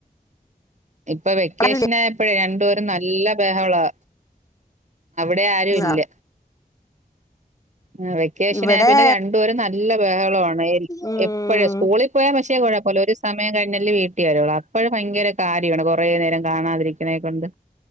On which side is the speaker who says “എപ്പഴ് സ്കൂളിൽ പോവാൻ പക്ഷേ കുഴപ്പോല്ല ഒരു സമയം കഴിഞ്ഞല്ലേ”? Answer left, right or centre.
Right